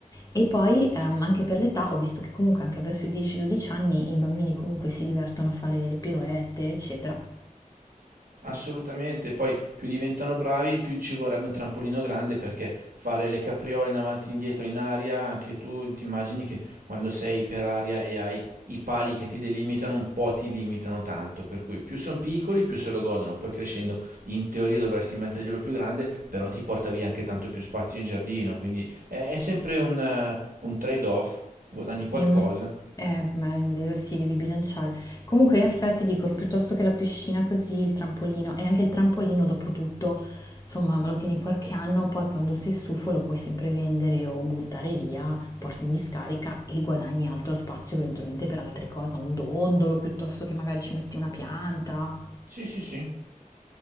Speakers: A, on the left; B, on the right.
A: e poi ehm, anche per l'età ho visto che comunque anche verso i 10-12 anni i bambini comunque si divertono a fare le piroette, eccetera.
B: Assolutamente, poi più diventano bravi, più ci vorrebbe un trampolino grande perché fare le capriole in avanti e indietro in aria, anche tu ti immagini che quando sei per aria e hai i pali che ti delimitano un po' ti limitano tanto, per cui più sono piccoli più se lo godono, poi crescendo in teoria dovresti metterglielo più grande, però ti porta via anche tanto più spazio in giardino, quindi è, è sempre un, eh, un trade-off, guadagni qualcosa.
A: Ehm, eh, beh, de- sì, devi bilanciare. Comunque, in effetti, dico, piuttosto che la piscina così, il trampolino, e anche il trampolino, dopo tutto, insomma, me lo tieni qualche anno, poi quando sei stufo lo puoi sempre vendere o buttare via, porti in discarica e guadagni altro spazio eventualmente per altre cose, un dondolo, piuttosto che magari ci metti una pianta.
B: Sì, sì, sì.